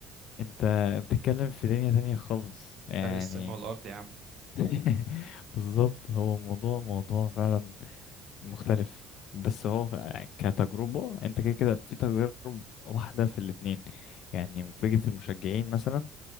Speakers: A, on the left; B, on the right.
A: انت بتتكلم في دنيا تانية خالص يعني
B: فرق السما والأرض يا عم
A: <laughs> بالظبط هو موضوع موضوع فعلا مختلف بس هو كتجربة انت كده كده في تجارب واحدة في الاتنين يعني فكرة المشجعين مثلا